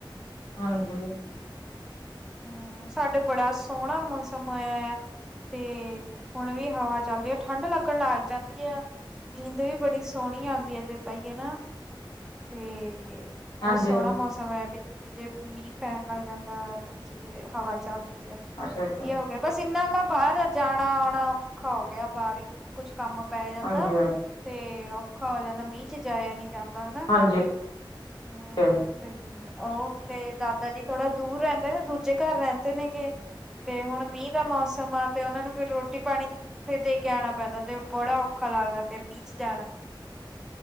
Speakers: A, on the left; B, in the centre.
A: ਹਾਂਜੀ।
B: ਹਮ, ਸਾਡੇ ਬੜਾ ਸੋਹਣਾ ਮੌਸਮ ਆਇਆ ਆ ਤੇ ਹੁਣ ਵੀ ਹਵਾ ਚੱਲਦੀ ਹੈ, ਠੰਢ ਲੱਗਣ ਲੱਗ ਜਾਂਦੀ ਹੈ। ਨੀਂਦ ਵੀ ਬੜੀ ਸੋਹਣੀ ਆਉਂਦੀ ਹੈ ਜੇ ਪਾਈਏ ਨਾ ਤੇ
A: ਹਾਂਜੀ
B: ਬਹੁਤ ਸੋਹਣਾ ਮੌਸਮ ਹੈ, ਵਿੱਚ ਜੇ ਮੀਂਹ ਪੈਣ ਲੱਗ ਜਾਂਦਾ ਹੈ, ਵਿੱਚ ਜੇ ਹਵਾ ਚੱਲਦੀ ਹੈ ਵਧੀਆ
A: ਅੱਛਾ ਅੱਛਾ
B: ਹੋਗਾ, ਬਸ ਇੰਨਾ ਕੁ ਬਾਹਰ ਜਾਣਾ ਆਉਣਾ ਔਖਾ ਹੋ ਗਿਆ ਬਾਹਰ ਕੁਛ ਕੰਮ ਪੈ ਜਾਂਦਾ,
A: ਹਾਂਜੀ ਹਾਂਜੀ
B: ਤੇ ਔਖਾ ਹੋ ਜਾਂਦਾ ਮੀਂਹ ਚ ਜਾਇਆ ਨੀ ਜਾਂਦਾ ਹਨਾ
A: ਹਾਂਜੀ
B: ਹਾਂ,
A: ਹਾਂਜੀ
B: ਤੇ ਉਹ ਮੇਰੇ ਦਾਦਾ ਜੀ ਥੋੜਾ ਦੂਰ ਰਹਿੰਦੇ ਨਾ ਦੂਜੇ ਘਰ ਰਹਿੰਦੇ ਨੇਗੇ ਤੇ ਹੁਣ ਮੀਂਹ ਦਾ ਮੌਸਮ ਆ ਤੇ ਉਹਨਾ ਨੂੰ ਫਿਰ ਰੋਟੀ ਪਾਣੀ ਉੱਥੇ ਦੇ ਕੇ ਆਉਣਾ ਪੈਂਦਾ ਤੇ ਬੜਾ ਔਖਾ ਲੱਗਦਾ ਫੇਰ ਮੀਂਹ ਚ ਜਾਣਾ